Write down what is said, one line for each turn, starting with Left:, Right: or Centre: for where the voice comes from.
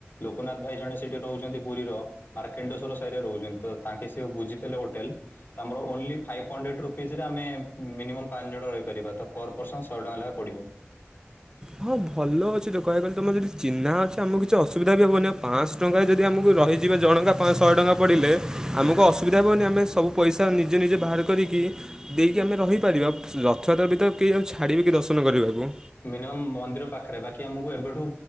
Left: ଲୋକନାଥ ଭାଇ ଜଣେ ସେଇଠି ରହୁଛନ୍ତି ପୁରୀର ମାର୍କେଣ୍ଡେଶ୍ୱର ସାଇରେ ରହୁଛନ୍ତି ତ ତାଙ୍କେ ସିଏ ବୁଝିଦେଲେ ହୋଟେଲ। ତ ଆମର ଓନ୍ଲି ଫାଇଭ୍ ହଣ୍ଡରେଡ ରୁପିଜରେ ଆମେ ମିନିମମ୍ ପାଞ୍ଚ ଜଣ ରହିପାରିବା ତ ପର ପରର୍ସନ୍ ଶହେ ଟଙ୍କା ଲେଖା ପଡ଼ିବ।
Right: ହଁ ଭଲ ଅଛି ତ କହିବାକୁ ଗଲେ ତମର ଯଦି ଚିହ୍ନା ଅଛି ଆମକୁ କିଛି ଅସୁବିଧା ବି ହବନି ପାଞ୍ଚଶହ ଟଙ୍କା ଯଦି ଆମକୁ ରହିଯିବା ଜଣକା ପା ଶହେ ଟଙ୍କା ପଡ଼ିଲେ
Left: ହୁଁ
Right: ଆମକୁ ଅସୁବିଧା ହବନି ଆମେ ସବୁ ପଇସା ନିଜ ନିଜେ ବାହାର କରିକି ଦେଇକି ଆମେ ରହିପାରିବା ରଥଯାତ୍ରା ଭିତରେ କେହି କାହାକୁ ଛାଡ଼ିବେ କି ଦର୍ଶନ କରିବାକୁ।
Left: ମିନିମମ୍ ମନ୍ଦିର ପାଖରେ ବାକି ଆମକୁ ଏବେଠୁ